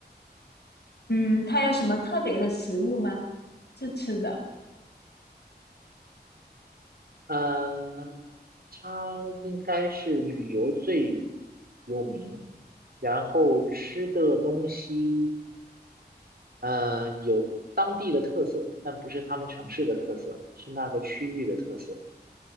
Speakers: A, on the left; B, on the right.
A: 嗯，它有什么特别的食物吗？是吃的，
B: 呃，它应该是旅游最有名，然后吃的东西，呃，有当地的特色，但不是他们城市的特色，是那个区域的特色